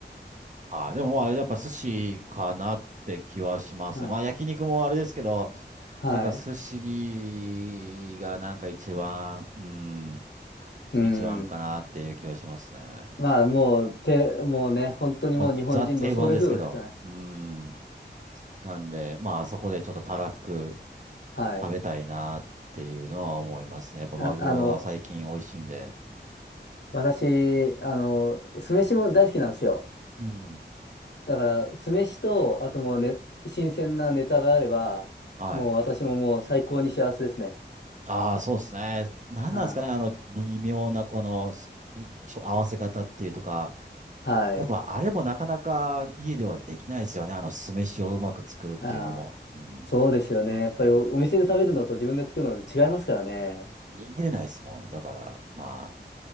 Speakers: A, on the right (about 40°); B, on the left (about 70°).
A: はい。でもまあ、やっぱ寿司かなって気はしますね。
B: うん、
A: まあ、焼肉もあれですけど、
B: はい。
A: なんか寿司がなんか一番、うん、
B: うん。
A: 一番かなっていう気はしますね。
B: まあもう、て、もうね、本当にもう日本人のソウルフードですからね。
A: まあ、ザ定番ですけど、うん。なんで、まあ、そこでちょっとたらふく
B: はい。
A: 食べたいなっていうのは思いますね。やっぱマグロが最近美味しいんで。
B: あ、あの、私、あの、酢飯も大好きなんですよ。
A: うん。
B: だから、酢飯と、あともうね、新鮮なネタがあれば、
A: はい。
B: もう私ももう最高に幸せですね。
A: ああ、そうですね。なんなんですかね、
B: はい。
A: あの、微妙なこの、すちょ合わせ方っていうとか、
B: はい。
A: やっぱあれもなかなか家ではできないですよね。あの酢飯をうまく作るっていうのも。
B: ああ、
A: うん。
B: そうですよね。やっぱりお、お店で食べるのと自分で作るので違いますからね。
A: 握れないですもん。だから、まあ。